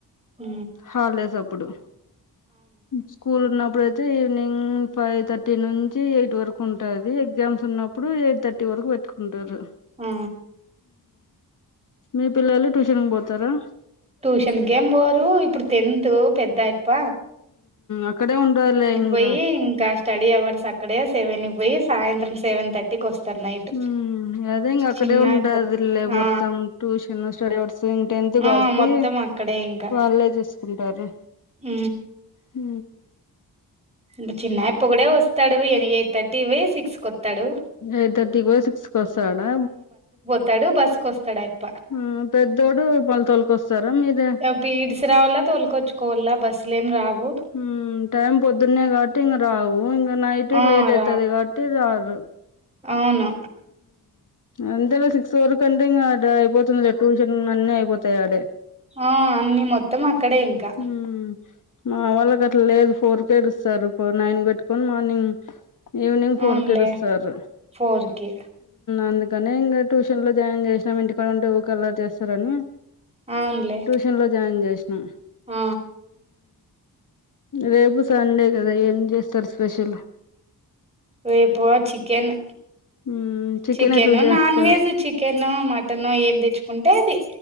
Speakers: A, on the right; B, on the left.
A: ఉ
B: హాలీడేసప్పుడు స్కూల్ ఉన్నప్పుడుయితే ఈవినింగ్ ఫైవ్ థర్టీ నుంచి ఎయిట్ వరకు ఉంటది ఎగ్జామ్స్ ఉన్నప్పుడు ఎయిట్ థట్ ట్టి వరకు పెట్టుకుంటారు
A: ఆ
B: మీ పిల్లలు ట్యూషన్ కి పోతారా
A: ట్యూషన్క ఏం పోరు ఇప్పుడు టెన్త్ పెద్ద అయప్ప
B: అక్కడే ఉంటారు లే ఇంకా
A: పోయి ఇంకా స్టడీ అవర్స్ అక్కడే సెవెనికి పోయి సాయంత్రం సెవెన్ థర్టీకి వస్తారు నైట్
B: ఉమ్ అదే ఇంక అక్కడే
A: చిన్న
B: ఉంటాదులే
A: అయిపోతది ఆ
B: మొత్తం ట్యూషన్ స్టడీ అవర్స్ టెన్త్ కాబట్టి
A: ఆ మొత్తం అక్కడే ఇంకా
B: అళ్ళే చూసుకుంటారు
A: ఉ
B: హ
A: ఇ చిన్న ఇప్ప కూడా వస్తాడు ఎయిట్ థర్టీ కి పోయి సిక్స్ కు వత్తాడు
B: ఎయిట్ థర్టీకి పోయి సిక్స్కి వస్తాడా
A: ఇస్తాడు బస్కు వస్తాడుయితే
B: ఆ పెద్దోడు పొలతోలుకొస్తారా మీరే
A: పి ఇడ్సి రావాలా తోలుకొచ్చుకోవాలా బస్సులు ఏం రావు
B: ఊ టైం పొద్దున్నే కాబట్టి ఇంక రావు ఇంక నైట్
A: ఆ
B: లేట్ అయితాది
A: రావు
B: కాబట్టి రారు
A: అవును
B: అంతేలే సిక్స్ వరకు అంటే ఇంకా అయిపోతుందిలే ట్యూషన్ అన్ని అయిపోతాయి ఆడే
A: ఆ అన్ని మొత్తం అక్కడే ఇంకా
B: ఊ మా వాళ్ళకు అట్ల లేదు ఫోర్ కేేడుస్తారు పో నైన్ పెట్టుకొని మార్నింగ్ ఈవినింగ్ ఫోర్
A: అవునులే
B: కేెడుస్తారు
A: ఫోర్ కి
B: అందుకని ఇంకా ట్యూషన్ లో జాయిన్ చేసినాం ఇంటికాడ ఉంటే ఊకల్లరి చేస్తారని
A: అవునులే
B: ట్యూషన్ లో జాయిన్ చేసినాం
A: ఆ
B: రేపు సండే కదా ఏం చేస్తారు స్పెషల్
A: రేపో చికెన్
B: ఉమ్ చికెన్
A: చికెను
B: ఎట్లా చేస్తారు
A: నాన్ వెజ్ చికెన్ మటన్ ఏమి తెచ్చుకుంటే అది